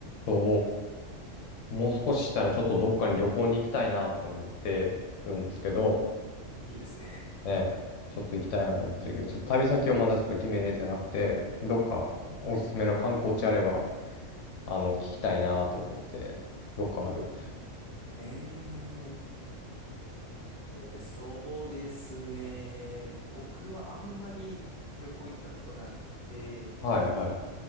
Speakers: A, on the left (about 75°); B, in the centre.
A: そう、もう少ししたらちょっとどっかに旅行に行きたいなって思ってるんですけど、
B: いいですね。
A: ねえ、ちょっと行きたいなと思ってるけど、ちょっと旅先をまだちょっと決めれてなくて、どっかおすすめの観光地あれば、
B: はい。
A: あの、聞きたいなと思って、どっかある。
B: えー、そうですね。僕はあんまり旅行行ったことなくて、
A: はいはい。